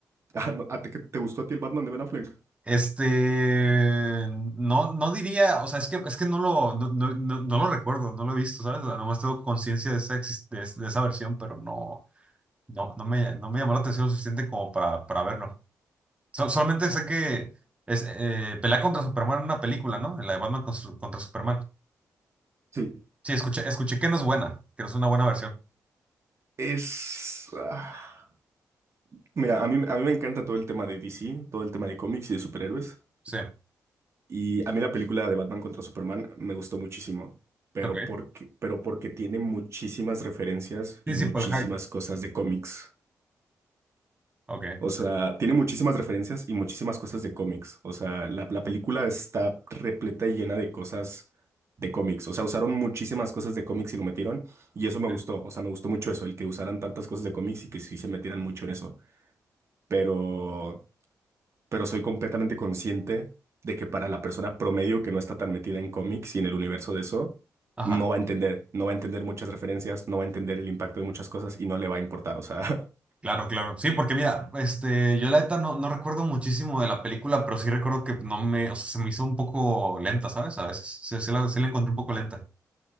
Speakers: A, on the right; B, on the right.
A: <laughs> Ah, no, ¿a ti- que- te, gustó a ti el Batman de Ben Affleck?
B: Este, no, no diría, o sea, es que, es que no lo, no, no- no- no lo recuerdo, no lo he visto, ¿sabes? O sea, nomás tengo conciencia de esa, exis- de, de esa versión, pero no, no, no me, no me llamó la atención lo suficiente como para, para verlo. So- solamente sé que es, eh, pelea contra Superman en una película, ¿no? La de Batman contra, contra Superman.
A: Sí.
B: Sí, escuché, escuché que no es buena, que no es una buena versión.
A: Es... ah, Mira, a mí, a mí me encanta todo el tema de DC, todo el tema de cómics y de superhéroes.
B: Sí,
A: Y a mí la película de Batman contra Superman me gustó muchísimo, pero
B: ok.
A: porque, pero porque tiene muchísimas referencias
B: Sí,
A: y
B: sí,
A: muchísimas
B: por el hype.
A: cosas de cómics.
B: Ok.
A: O sea, tiene muchísimas referencias y muchísimas cosas de cómics. O sea, la, la película está repleta y llena de cosas de cómics. O sea, usaron muchísimas cosas de cómics y lo metieron. Y eso me
B: sí.
A: gustó. O sea, me gustó mucho eso, el que usaran tantas cosas de cómics y que sí se metieran mucho en eso. Pero... pero soy completamente consciente de que para la persona promedio que no está tan metida en cómics y en el universo de eso,
B: Ajá,
A: no va a entender, no va a entender muchas referencias, no va a entender el impacto de muchas cosas y no le va a importar, o sea,
B: claro, claro. Sí, porque mira, este, yo la neta no, no recuerdo muchísimo de la película, pero sí recuerdo que no me, o sea, se me hizo un poco lenta, ¿sabes? A veces, sí, sí la, sí la encontré un poco lenta.